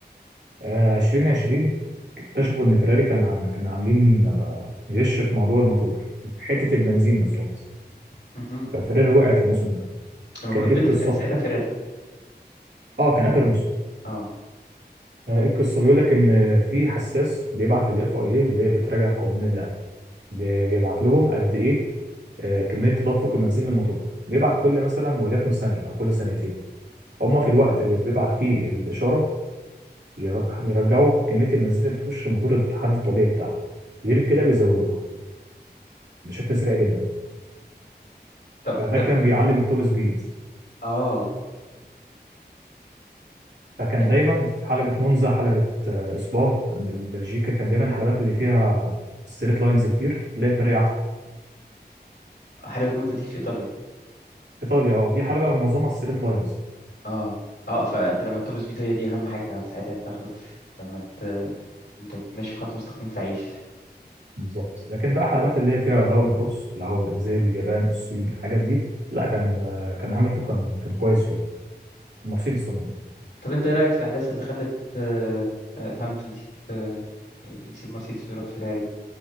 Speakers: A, on the right; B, on the left.
A: آه، 2020 اكتشفوا ان فيراري كان عم... كان عاملين آه، غش في موضوع الموتور حته البنزين بالظبط
B: مهم.
A: ففيراري وقعت الموسم ده
B: المفروض
A: كان ايه
B: فيتل
A: القصه
B: كان ساعتها فيراري
A: اه كان اخر موسم
B: اه
A: آه، إيه القصه بيقول لك ان في حساس بيبعت للاف اي اي اللي بتراجع قوانين اللعبه بي- بيبعت لهم قد ايه آه، كميه تدفق البنزين للموتور بيبعت كل مثلا وليكن ثانيه او كل ثانيتين هما
B: تمام
A: في الوقت اللي بيبعت فيه الاشاره ي- يرجعوا كميه البنزين اللي بتخش الموتور للحد الطبيعي بتاعها غير كده بيزودوها بشكل سريع جدا
B: طب
A: فده
B: ده
A: كان
B: ب...
A: بيعلم التوب سبيد
B: اه
A: فكان
B: يعني
A: دايما في حلبة مونزا حلبة آه، سبا في بل- بلجيكا كان دايما الحلبات اللي فيها ستريت لاينز كتير تلاقي الفريق
B: حلاوة مونزا دي في إيطاليا
A: ايطاليا اه دي حلبة معظمها ستريت لاينز
B: اه اه فأنت لما توب سبيد هي دي أهم حاجة ساعتها أنت خلاص لما ت... أنت ماشي في خط مستقيم فعيش
A: بالظبط لكن بقى حلبات اللي هي فيها داون فورس اللي هو زي اليابان الصين الحاجات دي لا كان آه، كان هامilton كان كان كويس فيها مرسيدس عموما
B: طب أنت إيه رأيك في الأحداث اللي خلت آه، آه، هامilton يسيب آه، يسيب مرسيدس ويروح فيراري و-